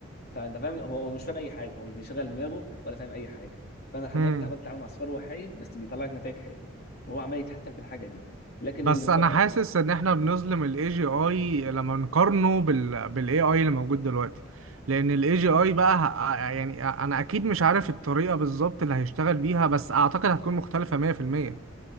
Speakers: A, on the left; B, on the right.
A: فانت فاهم هو هو مش فاهم اي حاجه هو مش بيشغل دماغه ولا فاهم اي حاجه فانا لحد
B: -م. م.
A: دلوقتي اتعاملت اتعامل مع صفار وحيد بس بيطلع لك نتائج حلوه وهو عمال يتحسن في الحاجه دي لكن
B: بس
A: ان هو
B: انا حاسس ان احنا بنظلم الاي جي اي لما نقارنه بال بالاي اي اللي موجود دلوقتي لان الاي جي اي بقى ه- آه، يعني انا اكيد مش عارف الطريقه بالظبط اللي هيشتغل بيها بس اعتقد هتكون مختلفه 100%